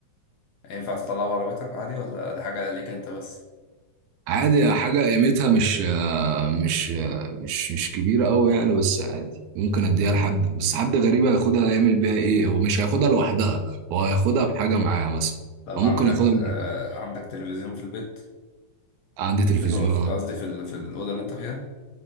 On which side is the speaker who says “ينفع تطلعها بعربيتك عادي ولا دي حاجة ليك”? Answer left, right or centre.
Left